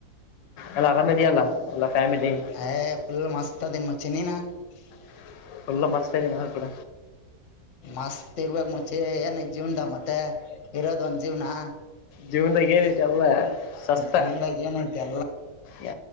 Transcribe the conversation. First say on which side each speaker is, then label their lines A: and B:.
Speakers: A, on the left; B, on the left.
A: ಎಲ್ಲ <unintelligible> ಆರಾಮ ಇದೆಯಲ್ಲ ಎಲ್ಲ ಫ್ಯಾಮಿಲಿ
B: ಏ ಫುಲ್ ಮಸ್ತ್ ಅದಿನ್ <inaudible>
A: <unintelligible> ಎಲ್ಲ ಮಸ್ತ ನ ಕೂಡ
B: ಮಸ್ತ್ ಇರ್ಬೇಕಕ್ ಮುಚಿ ಏನ್ ಜೀವ್ನದ ಮತ್ತೆ ಇರೋದ ಒಂದ ಜೀವ್ನ
A: ಜೀವದ ಏ ರಟ್ ಎಲ್ಲ ಸಸ್ತ
B: ಜೀವನ್ದಾಗ ಏನೈತಿ ಎಲ್ಲ
A: ಯ